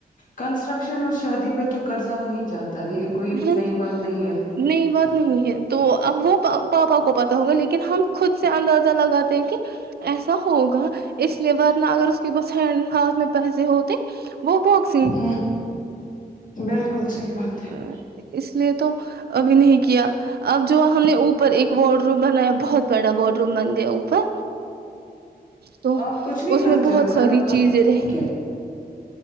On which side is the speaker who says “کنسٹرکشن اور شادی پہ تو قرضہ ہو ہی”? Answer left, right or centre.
Left